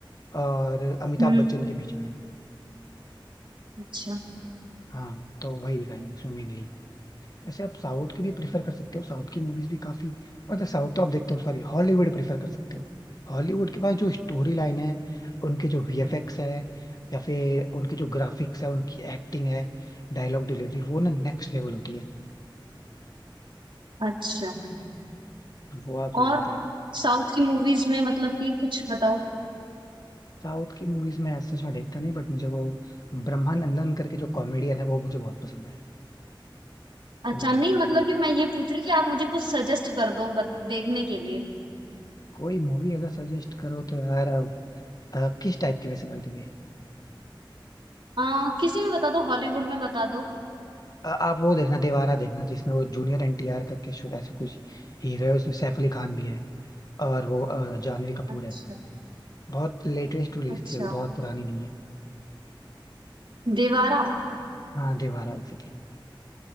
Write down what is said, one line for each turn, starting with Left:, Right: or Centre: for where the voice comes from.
Left: और अमिताभ
Right: हम्म
Left: बच्चन के बीच में
Right: अच्छा
Left: हाँ तो वही दिखाएंगे उसमें मेनली वैसे आप साउथ की भी प्रिफर कर सकते हो साउथ की मूवीज भी काफी मतलब साउथ तो आप देखते हो सॉरी हॉलीवुड प्रिफर कर सकते हो हॉलीवुड के पास जो स्टोरी लाइन है उनके जो वीएफएक्स है या फिर उनके जो ग्राफिक्स है उनकी एक्टिंग है डायलॉग डिलीवरी वो ना नेक्स्ट लेवल होती है
Right: अच्छा
Left: वो आप जरूर
Right: और
Left: ट्राई करिए
Right: साउथ की मूवीज में मतलब कि कुछ बताओ
Left: साउथ की मूवीज में as such मैं देखता नहीं बट मुझे वो ब्रह्मानंदन करके जो कॉमेडियन है वो मुझे बहुत पसंद है
Right: अच्छा
Left: वो मैं देख
Right: नहीं
Left: सकता
Right: मतलब
Left: हूँ
Right: कि मैं ये पूछ रही हूँ कि आप मुझे कुछ सजेस्ट कर दो बत, देखने के लिए
Left: कोई मूवी अगर सजेस्ट करो तो यार अ, अ, किस टाइप की वैसे बाय द वे
Right: आ, किसी में बता दो हॉलीवुड में बता दो
Left: अ- आप वो देखना दीवारा देखना जिसमें वो जूनियर एनटीआर करके शायद ऐसा कुछ हीरो है उसमें सैफ अली खान भी है और वो अ, जानवी कपूर
Right: अच्छा
Left: है बहुत लेटेस्ट रिलीज
Right: अच्छा
Left: थी अभी बहुत पुरानी नहीं है
Right: देवारा
Left: हाँ दीवारा एग्जैक्टली